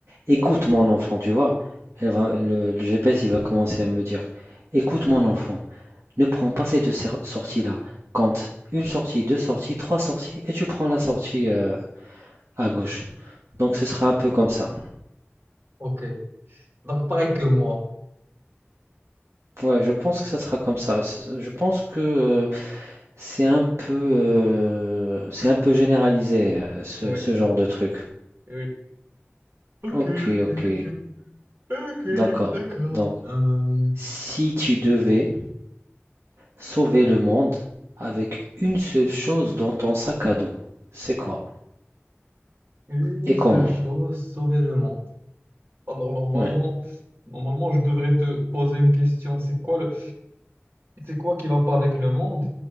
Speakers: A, on the right; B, on the right.
A: écoute mon enfant tu vois elle va, le, le GPS il va commencer à me dire écoute mon enfant ne prends pas ces deux sorties là compte une sortie deux sorties trois sorties et tu prends la sortie euh, à gauche donc ce sera un peu comme ça
B: Ok. Donc, pareil que moi.
A: ouais je pense que ça sera comme ça Ce- je pense que euh, C'est un peu, euh, c'est un peu généralisé, euh, ce,
B: Oui,
A: ce genre de truc.
B: oui. Ok,
A: Ok,
B: ok,
A: ok,
B: ok. Ok,
A: d'accord.
B: d'accord.
A: Donc,
B: Euh,
A: si tu devais sauver le monde avec une seule chose dans ton sac à dos, c'est quoi?
B: une
A: Et comment?
B: seule chose, sauver le monde. Alors, normalement,
A: Ouais.
B: normalement, je devrais te poser une question. C'est quoi le, c'est quoi qui va pas avec le monde?